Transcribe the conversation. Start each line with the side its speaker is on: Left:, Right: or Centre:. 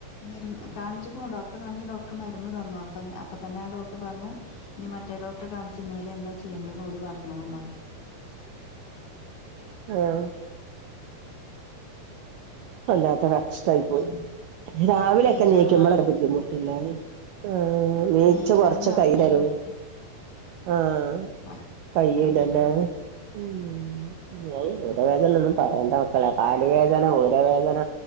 Left: മരുന്ന് കാണിച്ചിക്കണു ഡോക്ടറെ കാണിച്ച് ഡോക്ടർ മരുന്ന് തന്നു അപ്പ അപ്പ തന്നെ ആ ഡോക്ടർ പറഞ്ഞു ഇനി മറ്റേ ഡോക്ടറെ കാണിച്ച് എന്തെല് ചെയ്യേണ്ടതെന്ന് ഓരു പറഞ്ഞോളുന്ന് പറഞ്ഞു
Right: ആഹ് വല്ലാത്ത കഷ്ടായി പോയി
Left: ഉം.
Right: രാവിലെയൊക്കെ
Left: നീച്ചാനും
Right: എണീക്കുമ്പളാ
Left: നടക്കാനും
Right: ബുദ്ധിമുട്ടല്ലേ
Left: വയ്ക്കൂലേ
Right: ആഹ് എണിച്ച്
Left: നീച്ചാനും
Right: കൊറച്ച
Left: നടക്കാനും
Right: കൈ തരും
Left: ഒന്നും
Right: ആഹ്
Left: ആ,
Right: കഴിയുലല്ലേ
Left: ഉം
Right: ഉം ഏഹ് ഊരവേദന ഒന്നും പറയേണ്ട മക്കളെ കാല് വേദന തല വേദന